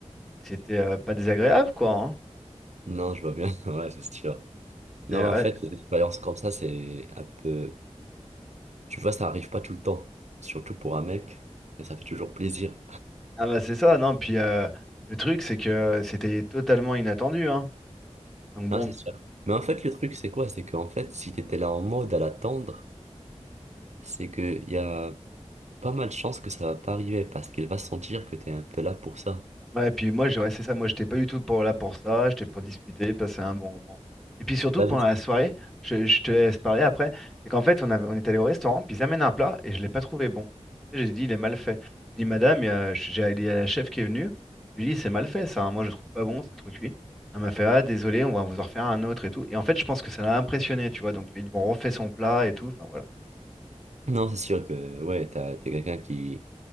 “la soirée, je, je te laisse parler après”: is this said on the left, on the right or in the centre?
Centre